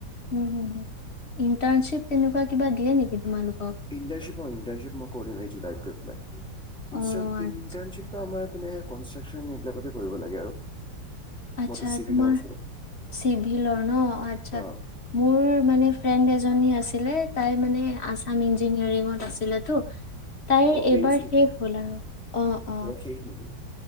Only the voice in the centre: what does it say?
ইন্টাৰ্নশ্বিপ হয়, ইন্টাৰ্নশ্বিপ মই কৰিম এই জুলাইতে। <unintelligible> <unintelligible>
ইন্টাৰ্নশ্বিপটো আমাৰ তেনেকে কনষ্ট্ৰাকচন এইবিলাকতে কৰিব লাগে আৰু।
মইতো চিভিলৰ
আছিলো
অ
অ
এৰিছি
এইবাৰ শেষ নেকি